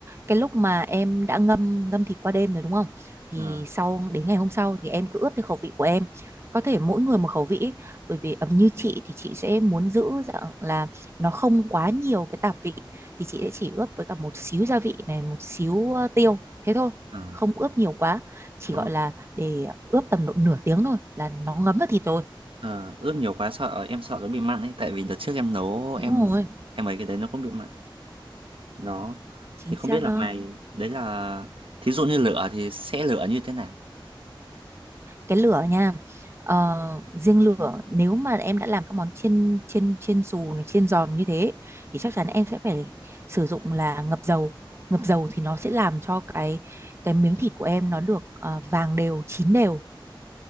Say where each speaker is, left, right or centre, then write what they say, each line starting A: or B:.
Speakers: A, on the right; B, on the right.
A: cái lúc mà em đã ngâm ngâm thịt qua đêm rồi đúng không thì
B: Ờ
A: sau đến ngày hôm sau thì em cứ ướp theo khẩu vị của em có thể mỗi người một khẩu vị ấy. bởi vì ờ, như chị thì chị sẽ muốn giữ dạng là nó không quá nhiều cái tạp vị thì chị sẽ chỉ ướp với cả một xíu gia vị này một xíu ờ, tiêu thế thôi
B: ờ,
A: không ướp nhiều quá chỉ
B: đúng
A: gọi
B: rồi.
A: là để ướp tầm độ nửa tiếng thôi là nó ngấm vào thịt rồi
B: Ờ, ướp nhiều quá sợ em sợ nó bị mặn ấy tại vì đợt trước em nấu
A: đúng
B: em
A: rồi
B: em ấy cái đấy nó cũng bị mặn. Đó.
A: chính
B: Thì không
A: xác
B: biết là
A: đó
B: mày đấy là thí dụ như lửa thì sẽ lửa như thế nào?
A: cái lửa nha ờ, riêng lửa nếu mà em đã làm các món chiên chiên chiên xù này, chiên giòn như thế thì chắc chắn em sẽ phải sử dụng là ngập dầu ngập dầu thì nó sẽ làm cho cái cái miếng thịt của em nó được ờ, vàng đều chín đều